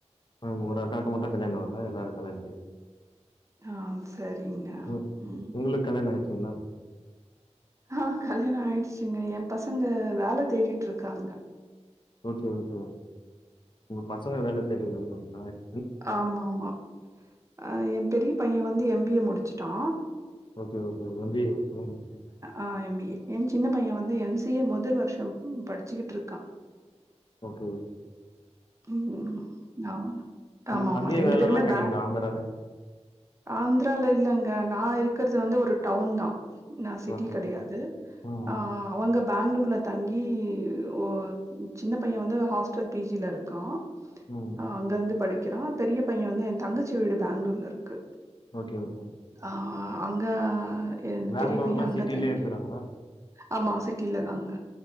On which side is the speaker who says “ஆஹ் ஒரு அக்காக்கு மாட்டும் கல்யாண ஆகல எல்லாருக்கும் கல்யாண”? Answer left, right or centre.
Left